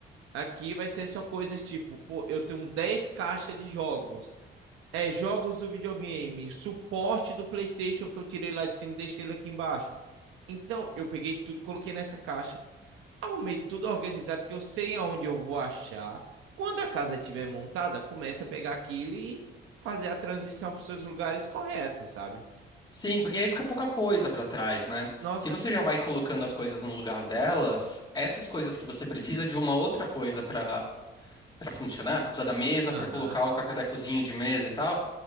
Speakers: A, on the right (about 85°); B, on the left (about 20°).
A: aqui vai ser só coisas tipo, pô, eu tenho 10 caixas de jogos. é, jogos do videogame, suporte do PlayStation que eu tirei lá de cima e deixei ele aqui embaixo. Então, eu peguei tudo, coloquei nessa caixa, arrumei tudo organizado, que eu sei aonde eu vou achar. Quando a casa estiver montada, começa a pegar aquilo e fazer a transição para os seus lugares corretos, sabe?
B: Sim, porque aí fica pouca coisa pra trás, né?
A: Nossa,
B: Se você já vai colocando as coisas no lugar delas, essas coisas que você precisa de uma outra coisa pra para funcionar, você precisa da mesa
A: aham.
B: para colocar o cacarecozinho de mesa e tal,